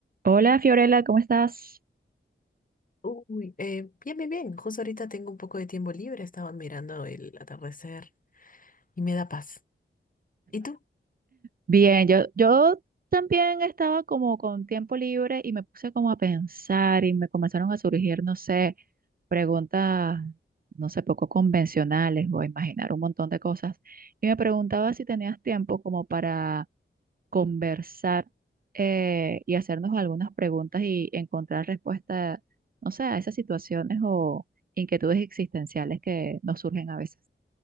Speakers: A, on the right; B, on the left.
A: Hola Fiorella, ¿cómo estás?
B: Uy, eh, bien, bien, bien. Justo ahorita tengo un poco de tiempo libre. Estaba mirando el atardecer y me da paz. ¿Y tú?
A: Bien, yo, yo también estaba como con tiempo libre y me puse como a pensar y me comenzaron a surgir, no sé, preguntas, no sé, poco convencionales o a imaginar un montón de cosas. Y me preguntaba si tenías tiempo como para conversar eh, y hacernos algunas preguntas y encontrar respuesta, no sé, a esas situaciones o inquietudes existenciales que nos surgen a veces.